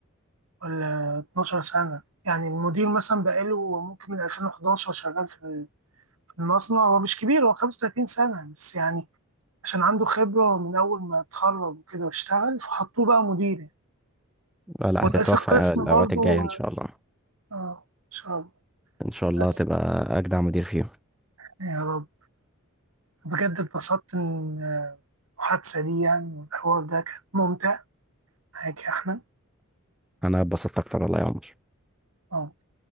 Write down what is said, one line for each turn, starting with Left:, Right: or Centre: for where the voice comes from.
Right: ولا 12 سنة يعني المدير مثلا بقاله ممكن من 2011 شغال في المصنع هو مش كبير هو 35 سنة بس يعني عشان عنده خبرة من أول ما اتخرج وكده واشتغل فحطوه بقى مدير يعني.
Centre: لا لا
Right: ورئيس
Centre: هتتوفق
Right: القسم
Centre: الأوقات
Right: برضو
Centre: الجاية إن
Right: اه
Centre: شاء الله
Right: آه، إن شاء الله
Centre: إن شاء الله
Right: بس
Centre: تبقى أجدع مدير فيهم
Right: يعني يا رب بجد اتبسطت إن آه، المحادثة دي يعني والحوار ده كان ممتع معاك يا أحمد
Centre: أنا اتبسطت أكتر والله يا عمر
Right: اه